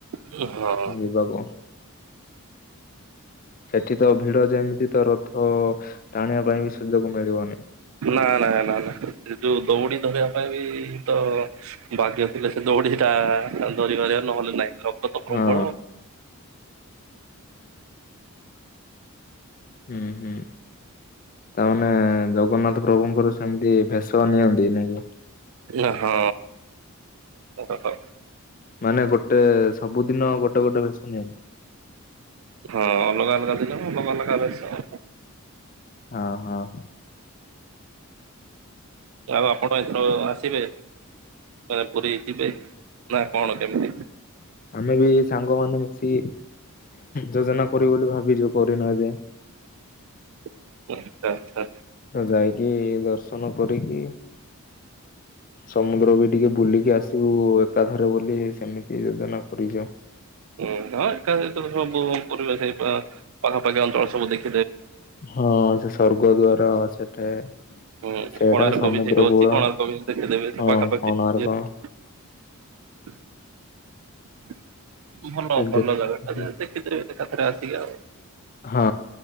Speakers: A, on the right; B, on the left.
A: ହଁ ହଁ ହଁ।
B: ଯିବାକୁ ସେଠି ତ ଭିଡ ଯେମିତି ତ ରଥ ଟାଣିବା ପାଇଁ ବି ସୁଯୋଗ ମିଳିବନି
A: ନା ନା ନା ନା ଏ ତୁ ଦୌଡ଼ି ଧରି ଧରିବା ବି ତ ଭାଗ୍ୟ ଥିଲେ ସେ ଦୌଡ଼ି ଟା ଧରି ପାରିବା ନହେଲେ ନାହିଁ। ଲୋକ ତ ପ୍ରବଳ।
B: ହଁ ହୁଁ ହୁଁ। ତା ମାନେ ଜଗନ୍ନାଥ ପ୍ରଭୁଙ୍କର ସେମିତି ଭେଷ ନିଅନ୍ତି ନାଇଁ କି?
A: ଓ ହଁ ଓହୋ।
B: ମାନେ ଗୋଟେ ସବୁଦିନ ଗୋଟେ ଗୋଟେ ଭେଷ ନାଇ।
A: ହଁ ଅଲଗା ଅଲଗା ଦିନ ଅଲଗା ଅଲଗା ବେଶ
B: ହଁ ହଁ।
A: ଆଉ ଆପଣ ଏଥର ର ଆସିବେ? ମାନେ ପୁରୀ ଯିବେ ନା କଣ କେମିତି?
B: ଆମେ ବି ସାଙ୍ଗମାନେ ମିଶି ଯୋଜନା କରିବୁ ବୋଲି ଭାବିଛୁ କରିନୁ ଏ ଯାଏ। ଏ
A: <unintelligible>
B: ତ ଯାଇକି ଦର୍ଶନ କରିକି ସମୁଦ୍ର ବି ଟିକେ ବୁଲିକି ଆସିବୁ ଏକାଥରେ ବୋଲି ସେମିତି ଯୋଜନା କରିଚୁ।
A: ହୁଁ ହଁ ଏକା ସବୁ ପରିବେଶ ଏଇ ପାଖାପାଖି ଅଞ୍ଚଳ ସବୁ ଦେଖି
B: ହଁ ସେ ସ୍ୱର୍ଗଦ୍ୱାର ସେଠେ
A: ହୁଁ
B: ସେଇଟା
A: କୋଣାର୍କ
B: ସମୁଦ୍ର
A: ବି ସେଇଠି ଅଛି
B: କୂଳ
A: କୋଣାର୍କ ବି ଦେଖିଦେବେ ସେ
B: ହଁ
A: ପାଖାପାଖି
B: କୋଣାର୍କ
A: <unintelligible> <inaudible> ଭଲ
B: ସେ ଯେ
A: ଭଲ ଜାଗା ଟା ଦେଖିଥିବେ ଥରେ ଆସିକି ଆଉ।
B: ହଁ